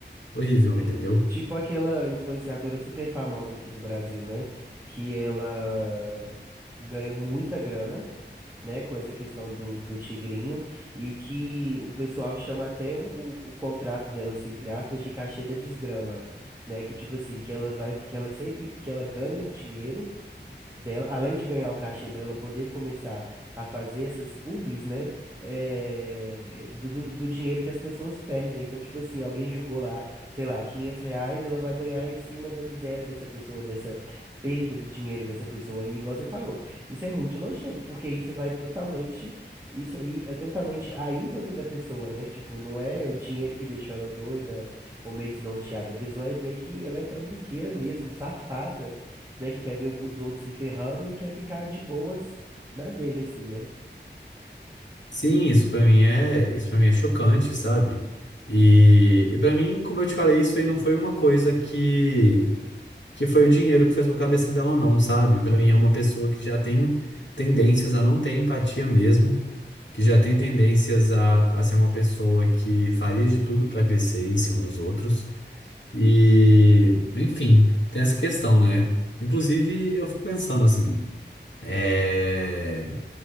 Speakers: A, on the left; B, on the right.
A: horrível,
B: Sim.
A: entendeu?
B: Tipo aquela influenciadora super famosa aqui do Brasil, né? Que ela ganha muita grana. né, com essa questão do, do tigrinho, e que o pessoal chama até o, o, o contrato dela, assim, entre aspas, de cachê da desgrama, né, que tipo assim, que ela vai, que ela sempre, que ela ganha o dinheiro dela, além de ganhar o cachê para ela poder começar a fazer essas publis, né? eh, do, do do dinheiro que as pessoas perdem. Então, tipo assim, alguém jogou lá, sei lá, 500 reais, ela vai ganhar em cima da miséria dessa pessoa, dessa perda do dinheiro dessa pessoa. E igual você falou, isso é muito nojento, porque isso vai totalmente, isso aí é totalmente a índole da pessoa, né? Tipo, não é o dinheiro que deixou ela doida ou meio desnorteada. A pessoa é meio que, ela é trambiqueira mesmo, safada né? Que quer ver os outros se ferrando e quer ficar de boas na dele, assim, né?
A: Sim, isso pra mim é, isso para mim é chocante, sabe? E, e para mim, como eu te falei, isso aí não foi uma coisa que que foi o dinheiro que fez com a cabeça dela não, sabe? Pra
B: Uhum.
A: mim é uma pessoa que já tem tendências a não ter empatia mesmo, que já tem tendências a, a ser uma pessoa que faria de tudo pra crescer em cima dos outros. E, enfim, tem essa questão, né? Inclusive, eu fico pensando assim, é